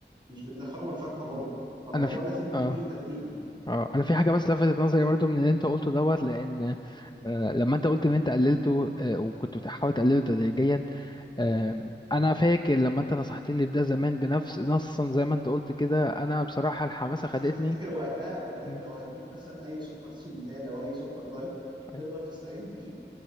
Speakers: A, on the right; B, on the left.
A: مش بتدخله من فاكهه برضه فالموضوع
B: انا في
A: لازم بيجي
B: اه
A: تدريجي
B: اه انا في حاجه بس لفتت نظري برضو من اللي انت قلته دوت لان
A: مم.
B: آه لما انت قلت ان انت قللته آه وكنت بتحاول تقلله تدريجيا آه انا فاكر لما انت نصحتني بده زمان بنفس نصا زي ما انت قلت كده انا بصراحه الحماسه
A: حتى
B: خدتني
A: لو تفتكر وقتها قلت لك
B: مم.
A: لو هتجيب مثلا اي سكر سويتال او اي سكر دايت تقدر
B: أيوة،
A: تستعين بيه